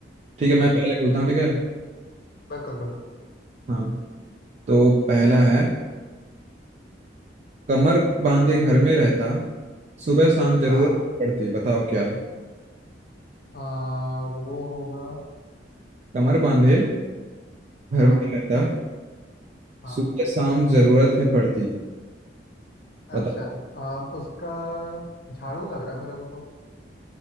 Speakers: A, on the right; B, on the left.
A: ठीक
B: हाँ
A: है मैं
B: हाँ
A: पहले बोलता हूँ ठीक है
B: बिल्कुल बिल्कुल
A: हाँ तो पहला है कमर बांधे घर में रहता सुबह शाम जरूरत
B: हाँ
A: पड़ती बताओ क्या
B: आ, वो होगा
A: कमर बांधे घर
B: हाँ
A: में रहता
B: हाँ
A: सुबह शाम जरूरत है पड़ती बताओ
B: अच्छा आ, उसका झाड़ू लग रहा है मेरे को तो